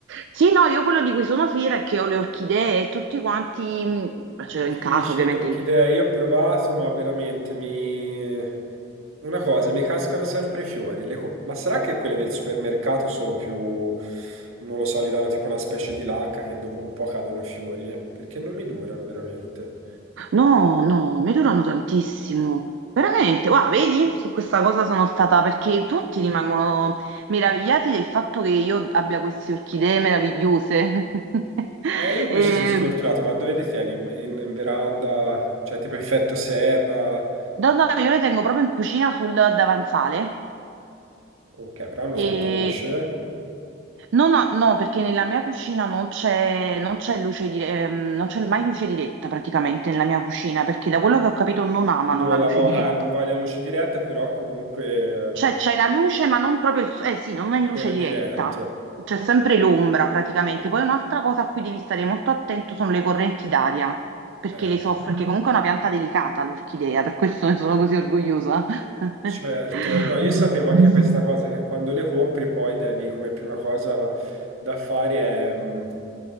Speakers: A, on the right (about 60°); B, on the right (about 80°).
A: Sì, no, io quello di cui sono fiera è che ho le orchidee e tutti quanti, mh,
B: Difficile,
A: ce l'ho in casa ovviamente
B: l'orchidea, io ho provato, ma veramente mi... Una cosa, mi cascano sempre i fiori. Le co- Ma sarà che quelle del supermercato sono più, non lo so, gli danno tipo una specie di lacca che dopo un po' cadono i fiori? eh? Perché non mi durano veramente.
A: No, no, mi durano tantissimo. Veramente, guarda, vedi? Su questa cosa sono stata perché tutti rimangono meravigliati del fatto che io abbia queste orchidee meravigliose. <laughs>
B: Eh, io invece
A: Mm. E,
B: sono sfortunato, ma dove le tieni? In, in- in veranda? Cioè tipo effetto serra?
A: no, no, io le tengo proprio in cucina sul davanzale
B: Ok, però hanno
A: e
B: tanta luce.
A: no, no, no, perché nella mia cucina non c'è non c'è luce di- ehm, non c'è mai luce diretta praticamente nella mia cucina, perché da quello che ho capito non amano
B: Non
A: la
B: la
A: luce
B: vo-
A: diretta.
B: ah, non voglio luce diretta, però comunque
A: Cioè,
B: eh,
A: c'è la luce, ma non proprio il... s- Eh sì, non è in
B: sole
A: luce diretta.
B: diretto.
A: C'è sempre l'ombra praticamente. Poi un'altra cosa a cui devi stare molto attento sono le correnti d'aria, perché
B: Eh.
A: le soffre, perché comunque è una pianta delicata l'orchidea, per questo ne sono così orgogliosa. <laughs>
B: Certo, no, io sapevo anche questa cosa, che quando le compri poi devi, come prima cosa va- da fare è mh,